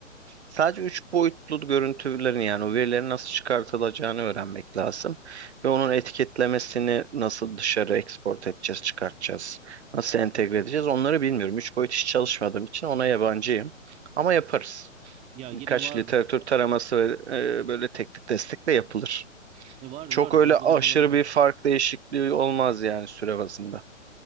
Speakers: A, on the right; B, on the right.
A: Sadece 3 boyutlu görüntülerin yani o verilerin nasıl çıkartılacağını öğrenmek lazım. Ve onun etiketlemesini nasıl dışarı export edeceğiz, çıkartacağız, nasıl entegre edeceğiz onları bilmiyorum. üç boyut hiç çalışmadığım için ona yabancıyım. Ama yaparız
B: Ya yine
A: birkaç
B: vardır
A: literatür taraması ve e, böyle teknik destekle yapılır.
B: E, vardır
A: Çok
B: vardır
A: öyle
B: uygulamaları
A: aşırı
B: vardır.
A: bir fark değişikliği olmaz yani süre bazında.